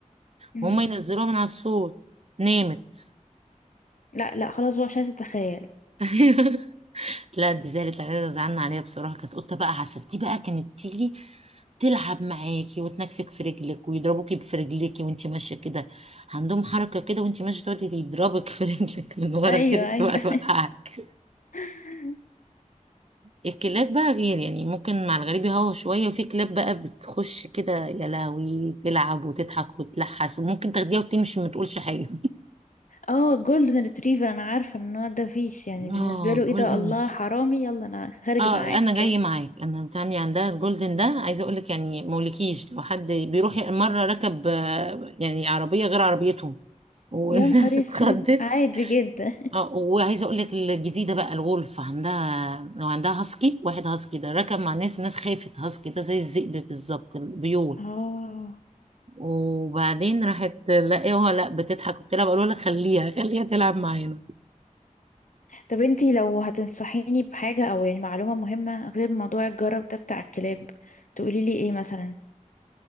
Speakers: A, on the left; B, on the right.
A: مم.
B: وهم ينزلوها من على السور نامت
A: لا لا خلاص بقى مش عايزة اتخيل
B: <laughs> لا دي زعلت عليها زعلنا عليها بصراحة كانت قطة بقى عسل دي بقى كانت تيجي تلعب معاكي وتنكفك في رجلك ويضربوكي في رجلك وانتي ماشية كده عندهم حركة كده وانتي ماشية تقعدي يضربك في رجلك من ورا
A: ايوه
B: كده تبقى
A: ايوه
B: توقعك
A: <laughs>
B: الكلاب بقى غير يعني ممكن مع الغريب يهوى شوية وفي كلاب بقى بتخش كده يا لهوي تلعب وتضحك وتلحس وممكن تاخديها وتمشي ما تقولش حاجة
A: اه جولدن ريتريفر انا عارفة ان هو ده فيش يعني بالنسبة
B: اه
A: له ايه
B: جولدن
A: ده الله
B: ريتري-
A: حرامي يلا انا خارج
B: اه
A: معاك
B: انا
A: كده
B: جاي معاك انا بنت عمي عندها الجولدن ده عايزه اقول لك يعني مولكيش لو حد بيروح مره ركب آه، يعني عربيه غير عربيتهم والناس
A: يا نهار
B: <laughs> اتخضت
A: اسود عادي جدا
B: اه وعايزه اقول لك الجديده بقى الولف عندها وعندها هاسكي واحد هاسكي ده ركب مع ناس الناس خافت هاسكي ده زي الذئب بالظبط البيول
A: اه
B: وبعدين راحت لا ايه هو لا بتضحك قلت لها بقول لها خليها خليها تلعب معانا
A: طب انتي لو هتنصحيني بحاجة او يعني معلومة مهمة غير موضوع الجرب ده بتاع الكلاب تقولي لي ايه مثلا